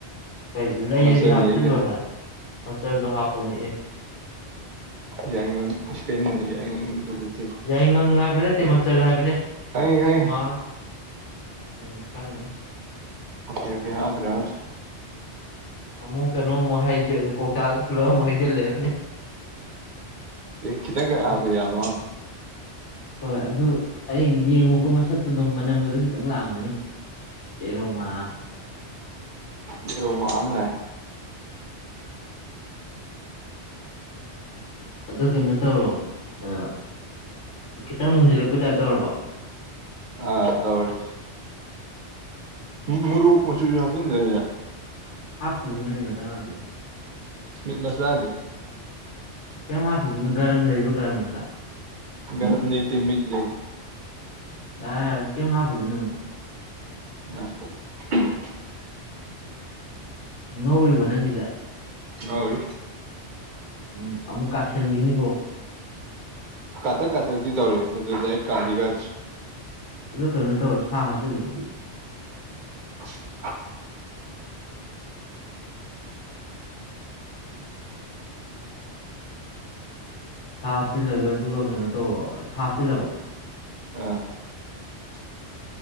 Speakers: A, on the left; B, on the right.
A: ꯀꯩ ꯂꯩꯔꯗꯤ
B: ꯃꯆꯜ
A: ꯍꯥꯞꯆꯤꯜꯂꯣꯅ
B: ꯂꯩ ꯀꯩꯅꯣ
A: ꯃꯆꯜꯗꯣ ꯍꯥꯞꯄꯨ ꯅꯛꯑꯦ
B: ꯌꯥꯏꯉꯪ ꯏꯁꯄꯦꯟꯅꯤꯡ ꯌꯥꯏꯉꯪꯒꯤ ꯕꯖꯠꯠꯇꯤ
A: ꯌꯥꯏꯉꯪ ꯍꯥꯏꯕ ꯅꯠꯇꯦ ꯃꯆꯜ ꯍꯥꯏꯕꯅꯦ
B: ꯈꯪꯉꯦ ꯈꯪꯉꯦ
A: ꯃꯥ ꯎꯝ ꯈꯪꯉꯤ
B: ꯑꯣꯀꯦ ꯑꯣꯀꯦ ꯍꯥꯏ꯭ꯔꯦ꯭ꯔ
A: ꯑꯃꯨꯛ ꯀꯩꯅꯣ ꯑꯃꯨꯛ ꯀꯧꯇꯥꯗ ꯄꯨꯂꯞ ꯑꯃꯨꯛ ꯍꯩꯖꯤꯜꯂꯦꯕꯅꯦ
B: ꯈꯤꯇꯪꯒ
A: ꯌꯥꯝ
B: ꯍꯥꯕ ꯌꯥꯕ
A: ꯍꯣꯏ ꯑꯗꯨ ꯑꯩ ꯌꯦꯡꯉꯨꯀꯣ ꯃꯁꯛꯇꯨ ꯑꯗꯨꯝ ꯃꯅꯝꯒꯗꯣ ꯈꯤꯇꯪ ꯂꯥꯛꯑꯝꯃꯅꯤ ꯑꯦꯔꯣꯃ
B: ꯀꯔꯣ ꯃꯥꯡꯉ
A: ꯑꯗꯨ ꯀꯩꯅꯣ ꯇꯧꯔꯣ ꯍꯥꯏꯕ ꯈꯤꯇꯪ ꯃꯨꯟꯁꯤꯜꯂꯛꯄ ꯇꯥꯏꯞꯇꯧꯔꯕꯣ
B: ꯑ ꯇꯧꯔꯦ ꯃꯣꯔꯣꯛ ꯃꯆꯨꯁꯨ ꯍꯥꯞꯆꯤꯟꯗꯔꯦꯖꯥ
A: ꯍꯥꯄꯨꯒꯤ ꯅꯉꯒ ꯇ ꯉꯈꯣꯏ
B: ꯃꯤꯠ ꯃꯁꯂꯥꯗꯤ
A: ꯀꯩꯝ ꯍꯥꯞꯄꯨꯒꯤꯅ ꯔ ꯂꯩꯕ꯭ꯔ ꯒꯔꯝ ꯑꯁꯤꯂꯥꯛ
B: ꯒꯔꯝ ꯂꯩꯇꯦ ꯃꯤꯠ ꯂꯩ
A: ꯑꯦ ꯑꯗꯨ ꯀꯦꯦꯝ ꯍꯥꯄꯨꯒ ꯏꯅꯤꯗ
B: ꯑ
A: ꯉꯧꯔꯤꯕꯣ ꯅꯪꯒꯤꯁꯠ
B: ꯑꯔꯤ <unintelligible>
A: ꯎꯝ ꯑꯃꯨꯛ ꯀꯥꯥꯁꯤꯟꯒꯤꯅꯤꯀꯣ
B: ꯀꯥꯊꯛ ꯀꯥꯊꯛꯛꯇꯤ ꯇꯧꯔꯤ ꯑꯗꯨ ꯗꯥꯔꯦꯛ ꯀꯥꯗꯤ ꯀꯥꯗꯔꯦ
A: ꯑꯗꯣ ꯀꯩꯅꯣ ꯇꯧꯔ ꯁꯥ ꯍꯥꯞꯆꯜꯂꯣ ꯑꯗꯨꯗꯤ
B: <unintelligible>
A: ꯁꯥ ꯍꯥꯞꯆꯤꯜꯂꯒ ꯑꯗꯨꯒ ꯀꯩꯅꯣ ꯇꯧꯔꯣ ꯁꯥ ꯍꯥꯞꯆꯤꯜꯂꯕꯣ
B: ꯑ <unintelligible>